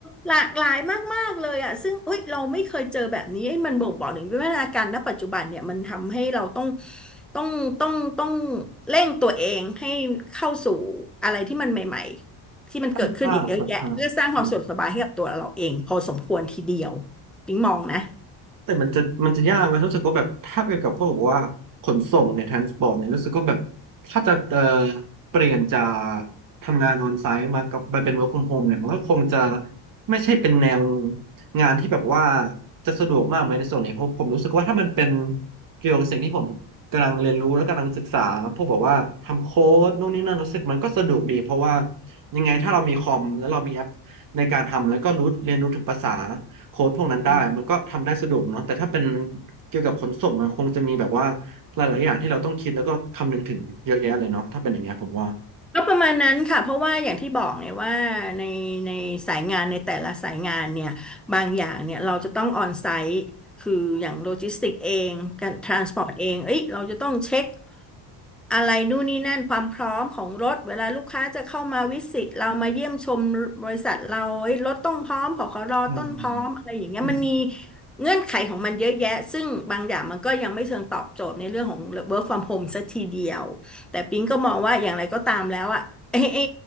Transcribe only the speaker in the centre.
หลากหลายมากๆเลยอ่ะซึ่งเอ้ยเราไม่เคยเจอแบบนี้เอ้ยมันบ่งบอกถึงวิวัฒนาการณปัจจุบันเนี่ยมันทำให้เราต้องต้องต้องต้องเร่งตัวเองให้เข้าสู่อะไรที่มันใหม่
ที่มันเกิดขึ้นอีกเยอะแยะเพื่อสร้างความสะดวกสบายให้กับตัวเราเองพอสมควรทีเดียว
ปิ๊งมองนะ
อืม
ก็ประมาณนั้นค่ะเพราะว่าอย่างที่บอกเนี่ยว่าในในสายงานในแต่ละสายงานเนี่ยบางอย่างเนี่ยเราจะต้องออนไซต์คืออย่างโลจิสติกเองการทรานสปอร์ตเองเอ้ยเราจะต้องเช็ค อะไรนู่นนี่นั่นความพร้อมของรถเวลาลูกค้าจะเข้ามาวิสิตเรามาเยี่ยมชมบริษัทเราเอ้ยรถต้องพร้อมผขรต้นพร้อมอะไรอย่างเงี้ยมันมี
เงื่อนไขของมันเยอะแยะซึ่งบางอย่างมันก็ยังไม่เชิงตอบโจทย์ในเรื่องของ work from home สักทีเดียวแต่ปิ๊งก็มองว่าอย่างไรก็ตามแล้วอะไอ้ไอ้